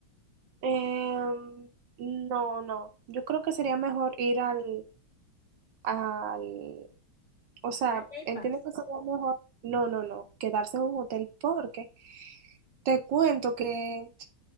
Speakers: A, on the right (about 65°); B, on the left (about 50°).
A: Em, no, no. Yo creo que sería mejor ir al, al, o sea,
B: Al day
A: entiendo
B: pass.
A: que sería mejor, no, no, no, quedarse en un hotel porque te cuento que